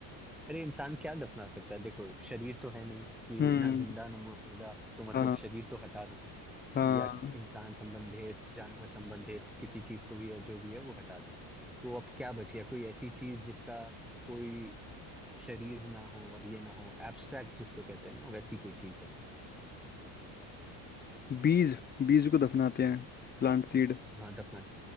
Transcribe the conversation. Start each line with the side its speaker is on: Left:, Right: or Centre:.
Centre: अरे इंसान क्या दफना सकता है देखो शरीर तो है नहीं कि
Left: हम्म
Centre: ना जिंदा ना मुर्दा तो मतलब
Left: हाँ
Centre: शरीर तो हटा दो
Left: हाँ
Centre: या इंसान संबंधित जानवर संबंधित किसी चीज को भी है जो भी है वो हटा दो तो अब क्या बच गया कोई ऐसी चीज जिसका कोई शरीर ना हो और ये ना हो एब्स्ट्रैक्ट जिसको कहते हैं ना वैसी कोई चीज है
Left: बीज बीज को दफनाते हैं Plant seed
Centre: हाँ दफना